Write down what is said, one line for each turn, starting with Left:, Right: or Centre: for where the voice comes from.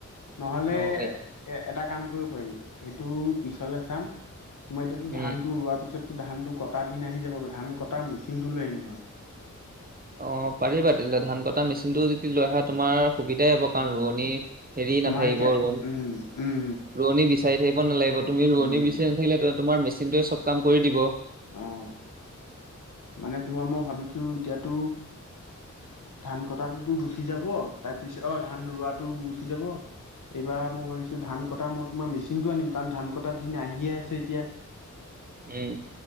Left: নহলে
Right: অ',
Left: এ এটা কাম কৰিব পাৰি সেইটো পিছলে চাম তোমাৰ এতিয়াতো
Right: উম।
Left: ধানটো ৰোৱাৰ পিছত ধান টো কটা দিন আহি যাব ধান কটা মেচিন টো লৈ আহিম নহলে।
Right: অ পাৰিবা তেতিয়া হলে ধান কটা মেচিনটো যদি লৈ আহা তোমাৰ সুবিধাই হব কাৰণ
Left: উম
Right: ৰোৱনী হেৰি
Left: তোমাৰ
Right: নাথাকিব
Left: এতিয়া
Right: ৰোৱনী
Left: উম উম
Right: ৰোৱনী বিচাই থাকিব নালাগিব তুমি ৰোৱনি
Left: উম
Right: বিচাৰি নাথাকিলে তুমাৰ মেচিনটোৱে চব কাম কৰি দিব
Left: অহ ম তোমাৰ মই ভাবিছো এতিয়াতো ধান কটাটোতো গুচি যাব তাৰপিছত অ ধান ৰোৱাটো গুচি যাব এইবাৰ মই ভাবিছো ধান কটা মই তোমাৰ মেচিনটো আনিম কাৰণ ধান কটা দিন আহিয়ে আছে এতিয়া <unintelligible>
Right: উম।